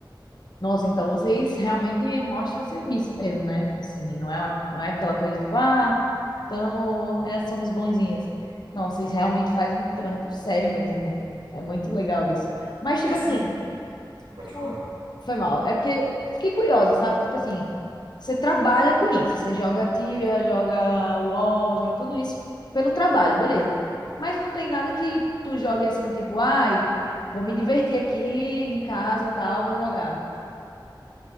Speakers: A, on the left; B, on the right.
A: Nossa, então vocês realmente mostram serviço mesmo, né? Tipo assim, não é, uma- não é aquela coisa tipo, ah. Tamo, é, somos bonzinhas. Não, vocês realmente fazem um trampo sério mesmo, né? É muito legal isso. Mas, tipo
B: É sim.
A: assim,
B: Pode
A: tu-
B: falar.
A: foi mal. É porque fiquei curiosa, sabe? Tipo assim, você trabalha com isso. Você joga Tibia, joga UOL, joga tudo isso pelo trabalho, beleza. Mas não tem nada que tu jogue assim, tipo, ai, vou me divertir aqui em casa e tal, vou jogar.